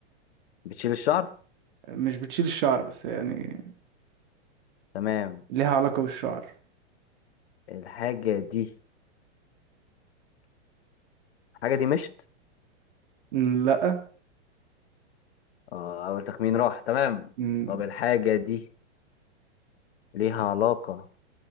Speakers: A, on the left (about 60°); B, on the right (about 45°).
A: بتشيل الشعر
B: مش بتشيل الشعر بس يعني
A: تمام
B: ليها علاقة بالشعر
A: الحاجة دي الحاجة دي مشت
B: مم، لا
A: اه اول تخمين راح تمام
B: مم،
A: طب الحاجة دي ليها علاقة